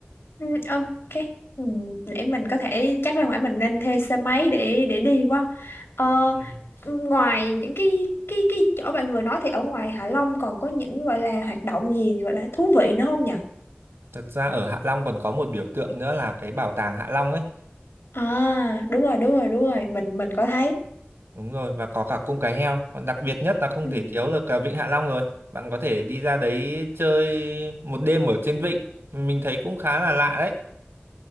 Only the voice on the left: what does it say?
Ừ, ok. Ừ, để mình có thể chắc ra ngoài mình nên thuê xe máy để để đi quá. Ờ,
ngoài những cái cái cái chỗ bạn vừa nói thì ở ngoài Hạ Long còn có những gọi là hoạt động gì gọi là thú vị nữa không nhỉ?
À, đúng rồi, đúng rồi, đúng rồi, mình mình có thấy.
Ừ.